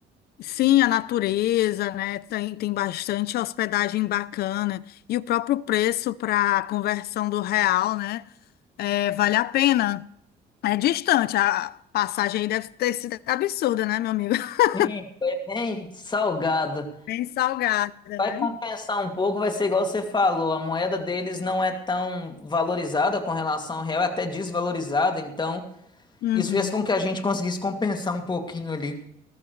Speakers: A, on the left; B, on the left.
A: Sim, a natureza, né? Tem, tem bastante hospedagem bacana. E o próprio preço para a conversão do real, né? É, vale a pena. É distante, a passagem aí deve ter sido absurda, né, meu amigo? <laughs>
B: sim, foi bem salgado.
A: Bem salgada,
B: Vai
A: né?
B: compensar um pouco, vai ser igual você falou, a moeda deles não é tão valorizada com relação ao real, é até desvalorizada, então
A: Uhum,
B: isso fez com que a gente conseguisse compensar um pouquinho ali.